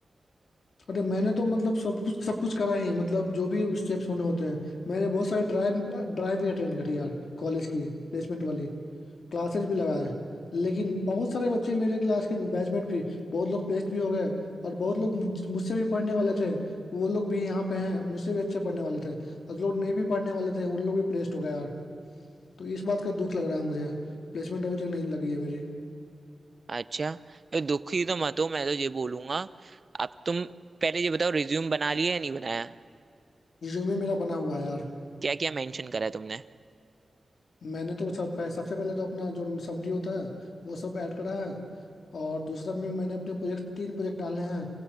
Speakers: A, on the left; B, on the right.
A: अरे मैंने तो मतलब सब कुछ सब कुछ करा ही मतलब जो भी स्टेप्स होने होते हैं मैंने बहुत सारे ड्राइव ड्राइव भी अटेंड करी यार कॉलेज की प्लेसमेंट वाली क्लासेस भी लगाए लेकिन बहुत सारे बच्चे मेरे क्लास के बैचमेट भी बहुत लोग प्लेस्ड भी हो गए और बहुत लोग मुझ- मुझसे भी पढ़ने वाले थे वो लोग भी यहाँ पे हैं मुझसे भी अच्छे पढ़ने वाले थे और जो लोग नहीं भी पढ़ने वाले थे उन लोग भी प्लेस्ड हो गए यार तो इस बात का दुख लग रहा है मुझे प्लेसमेंट अभी तक नहीं लगी है मेरी
B: अच्छा तो दुखी तो मत हो मैं तो ये बोलूंगा अब तुम पहले ये बताओ रिज्यूम बना लिया या नहीं बनाया
A: रिज्यूमे मेरा बना हुआ है यार
B: क्या क्या मेंशन करा है तुमने
A: मैंने तो सब पह, सबसे पहले तो अपना जो समरी होता है वो सब ऐड करा है और दूसरा में मैंने अपने प्रोजेक्ट तीन प्रोजेक्ट डाले हैं